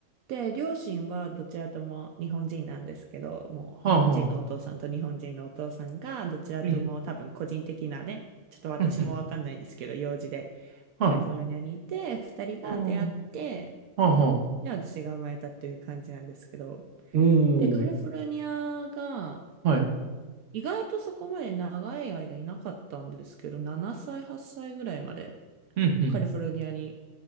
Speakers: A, on the right (about 75°); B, on the right (about 60°).
A: で、両親はどちらとも日本人なんですけど、もう日本人のお父さんと日本人のお父さんが、
B: はあはあ、
A: どちらとも多分個人的なね、
B: ええ、
A: ちょっと私もわかんないんですけど、
B: うんうん、
A: 用事で
B: はい、
A: カリフォルニアにいて、二人が出会って、
B: ああ、はあはあ、
A: で、私が生まれたっていう感じなんですけど、
B: お
A: で、カリフォルニアが、
B: ー、はい、
A: 意外とそこまで長い間いなかったんですけど、7歳、8歳ぐらいまで
B: うん、うん、
A: カリフォルニアに